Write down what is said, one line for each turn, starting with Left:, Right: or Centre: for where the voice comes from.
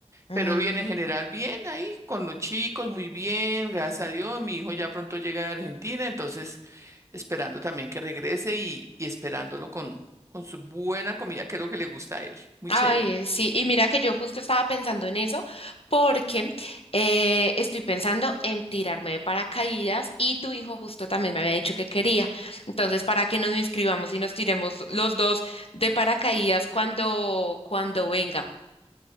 Left: Mm.
Right: Pero bien, en general, bien ahí, con los chicos, muy bien, gracias a Dios. Mi hijo ya pronto llega de Argentina, entonces esperando también que regrese y, y esperándolo con, con su buena comida, que es lo que le gusta a él. Muy
Left: Ay,
Right: chévere.
Left: eh, sí. Y mira que yo justo estaba pensando en eso porque eh, estoy pensando en tirarme de paracaídas y tu hijo justo también me había dicho que quería. Entonces, para que nos inscribamos y nos tiremos los dos de paracaídas cuando cuando venga.